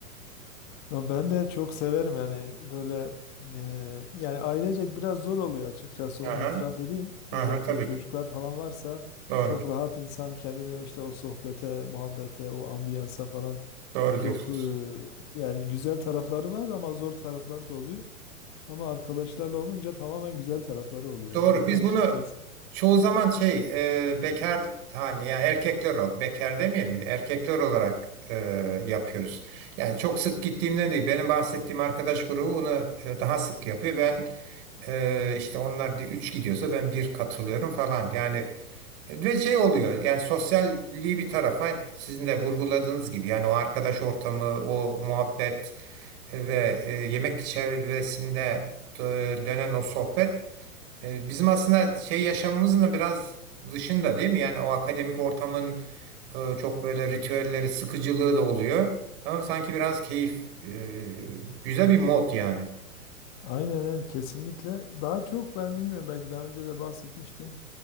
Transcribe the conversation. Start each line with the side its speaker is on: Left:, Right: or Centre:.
Left: Ya Ben de çok severim yani böyle e, yani ailecek biraz zor oluyor açıkçası
Right: Aha,
Left: onu itiraf edeyim.
Right: aha
Left: Özellikle
Right: tabii
Left: çocuklar
Right: ki.
Left: falan varsa
Right: Doğru.
Left: çok rahat insan kendini işte o sohbete, muhabbete, o ambiyansa falan
Right: Doğru
Left: Çok
Right: diyorsunuz.
Left: e, yani güzel tarafları var ama zor tarafları da oluyor. Ama arkadaşlarla olunca tamamen güzel tarafları oluyor
Right: Doğru. Biz
Left: yani <laughs> açıkçası.
Right: bunu çoğu zaman şey e, bekar haline yani erkekler olarak bekar demeyelim de erkekler olarak e, yapıyoruz. Yani çok sık gittiğimden değil. Benim bahsettiğim arkadaş grubu bunu e, daha sık yapıyor. Ben e, işte onlar di- üç gidiyorsa ben bir katılıyorum falan. Yani E, Ve şey oluyor yani sosyalliği bir tarafa sizin de vurguladığınız gibi yani o arkadaş ortamı, o muhabbet e, ve e, yemek çevresinde dö- dönen o sohbet e, bizim aslında şey yaşamımızın da biraz dışında değil mi? Yani o akademik ortamın e, çok böyle ritüelleri, sıkıcılığı da oluyor. Ama sanki biraz keyif, e, güzel bir mod yani.
Left: Aynen evet, kesinlikle. Daha çok ben bilmiyorum belki daha önce de bahsetmiştim.